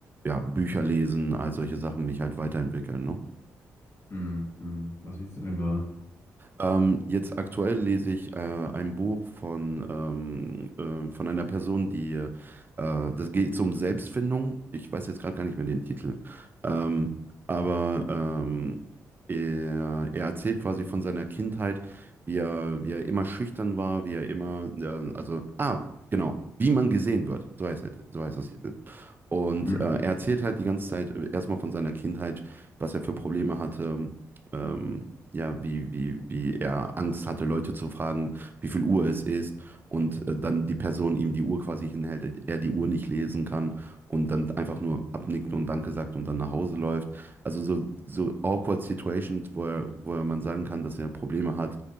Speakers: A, on the right; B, on the left.
A: ja, Bücher lesen, all solche Sachen, mich halt weiterentwickeln, ne?
B: Hm, hm. Was siehst du denn gerade?
A: Ähm, jetzt aktuell lese ich äh, ein Buch von, ähm, äh, von einer Person, die, äh, das geht um Selbstfindung. Ich weiß jetzt gerade gar nicht mehr den Titel. Ähm, aber ähm, er, er erzählt quasi von seiner Kindheit, wie er, wie er immer schüchtern war, wie er immer, äh, also, ah, genau, wie man gesehen wird. So heißt, er, so heißt das Titel. Und
B: Hm.
A: äh, er erzählt halt die ganze Zeit äh, erstmal von seiner Kindheit, was er für Probleme hatte, ähm, ja, wie, wie, wie er Angst hatte, Leute zu fragen, wie viel Uhr es ist. Und äh, dann die Person ihm die Uhr quasi hinhält, äh, er die Uhr nicht lesen kann und dann einfach nur abnickt und Danke sagt und dann nach Hause läuft. Also so, so awkward Situations, wo er, wo er man sagen kann, dass er Probleme hat,